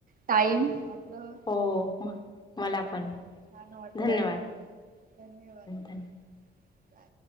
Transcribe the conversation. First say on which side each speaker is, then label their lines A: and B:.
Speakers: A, on the right; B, on the left.
A: टाईम आपलं
B: हो मं मलां
A: हा
B: पणं
A: छान वाटलं
B: धन्यंवाद
A: धन्यवाद
B: धन्य
A: हा बाय